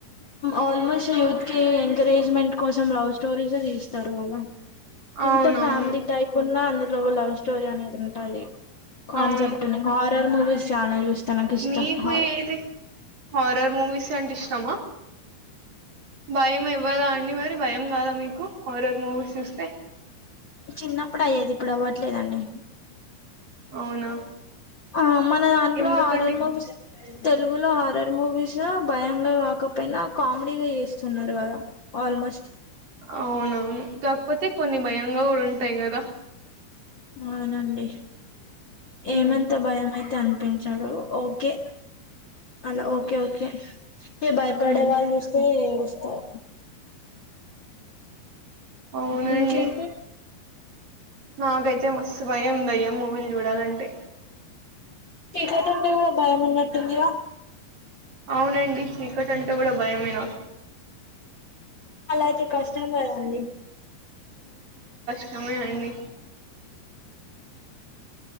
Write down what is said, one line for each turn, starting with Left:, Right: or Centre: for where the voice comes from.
Left: ఆల్మోస్ట యూత్ కి ఎంకరేజ్మెంట్ కోసం లవ్ స్టోరీస్ తీస్తారు కాదా
Right: అవునవును
Left: ఇంత ఫ్యామిలీ టైప్ ఉన్న అందులో లవ్ స్టోరీ అనేది ఉంటది కన్సెప్ట్
Right: అవును
Left: హారర్ మూవీస్ చాల చూస్తా నాకు ఇష్టం
Right: మీకు
Left: హారర్
Right: ఏది హారర్ మూవీస్ అంటే ఇష్టామా భయం ఇవ్వదా అండి మరి భయం కాదా మీకు హరర్ మూవీ చూస్తే
Left: చిన్నప్పుడు అయ్యేది ఇప్పుడు అవ్వట్లేదండి
Right: అవునా
Left: ఆ మన దాంట్లో
Right: ఎందుకండి
Left: హారర్ మూవీస్ తెలుగులో హారర్ మూవీస్ భయంగా కాకపోయినా కామెడీగా చేస్తున్నారు కదా ఆల్మోస్ట్
Right: అవునువును కాకపోతే కొన్ని భయంగా కూడా ఉంటాయి కదా
Left: అవునండి ఏమంతా
Right: ఉమ్
Left: భయం అయితే అనిపించాడు ఓకే అలా ఓ ఓకే ఓకే ఈగ భయపడే
Right: హ్మ్
Left: వాళ్ళు చూస్తే ఏడుస్తారు
Right: అవునండి
Left: ఇంకేంటి
Right: నాకైతే మస్తు భయం దయ్యం మూవీలు చూడాలంటే
Left: చీకటుంటే గుడ భయమున్నట్టుందిగా
Right: అవునండీ చీకటంటే గుడ బయమే నాకు
Left: అలఐతే కష్టం గదాండి
Right: సమే అండీ